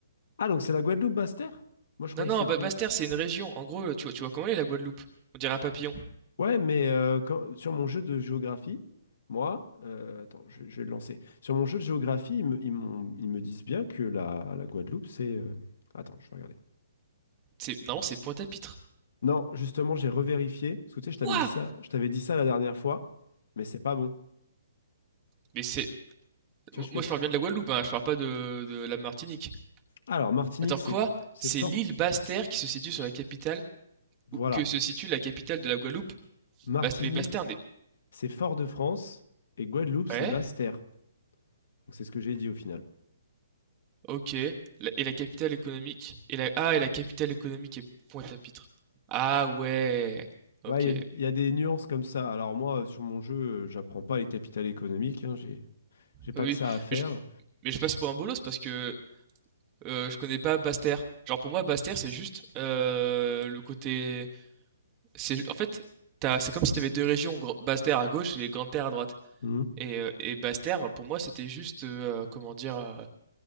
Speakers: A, on the left; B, on the right.
A: Ah, donc c'est la Guadeloupe Basse-Terre? Moi, je croyais
B: Non, non,
A: que c'était.
B: Ba- Basse-Terre, c'est une région. En gros, tu vois, tu vois comment elle est la Guadeloupe? On dirait un papillon.
A: Ouais, mais euh, quand- sur mon jeu de géographie, moi. euh, attends, je, je vais le lancer. Sur mon jeu de géographie, ils me, ils m'ont- ils me disent bien que la, la Guadeloupe, c'est. euh, Attends, je vais regarder.
B: C'est, non, c'est Pointe-à-Pitre.
A: Non, justement, j'ai revérifié. Parce que tu sais, je t'avais
B: Quoi?
A: dit ça, je t'avais dit ça la dernière fois, mais c'est pas bon.
B: Mais c'est.
A: Tu vois, je fais.
B: Moi, je parle bien de la Guadeloupe, hein, je parle pas de, de la Martinique.
A: Alors, Martinique,
B: Attends,
A: c'est
B: quoi?
A: c'est
B: C'est
A: fort.
B: l'île Basse-Terre qui se situe sur la capitale,
A: Voilà.
B: ou que se situe la capitale de la Guadeloupe?
A: Martinique,
B: Basse- mais Basse-Terre n'est.
A: c'est Fort-de-France. Et Guadeloupe, c'est
B: Ouais,
A: Basse-Terre. Donc, c'est ce que j'ai dit au final.
B: ok. La- et la capitale économique? Et la... Ah, et la capitale économique est Pointe-à-Pitre. Ah, ouais. Ok.
A: Ouais, il y, a il y a des nuances comme ça. Alors moi, euh, sur mon jeu, euh, j'apprends pas les capitales économiques, hein, j'ai, j'ai pas
B: Oui, oui.
A: que ça à faire.
B: mais je, mais je passe pour un bolos parce que euh, je connais pas Basse-Terre. Genre, pour moi, Basse-Terre, c'est juste euh, le côté. C'est, en fait, t'as- c'est comme si t'avais deux régions, Gr- Basse-Terre à gauche et Grande-Terre à droite.
A: Mhm.
B: Et, euh, et Basse-Terre, pour moi, c'était juste, euh, comment dire, euh,